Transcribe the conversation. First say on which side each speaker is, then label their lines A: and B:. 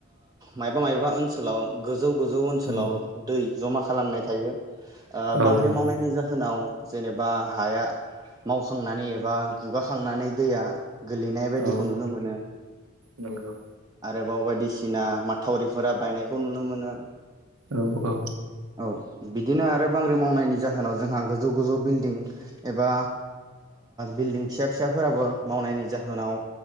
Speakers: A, on the right; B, on the right.
A: मायबा मायबा ओनसोलाव गो जौ-गोजौ ओनसोलाव
B: औ
A: दै जमा खालामनाय थायो ओ
B: औ
A: बांग्रि
B: नंगौ
A: मावनायनि जाहोनाव जेनेबा हाया मावखांनानै एबा गुगाखांनानै दैया गोलैनाय बायदिखौ
B: औ
A: नुनो मोनो,
B: नंगौ
A: आरोबाव बायदिसिना माथावरिफोरा बायनायखौ नुनो मोनो,
B: औ औ।
A: औ बिदिनो आरो बांग्रि मावनायनि जाहोनाव जोंहा गोजौ गोजौ बिल्डिं एबा बिल्डिं फिसा फिसाफोराबो मावनायनि जाहोनाव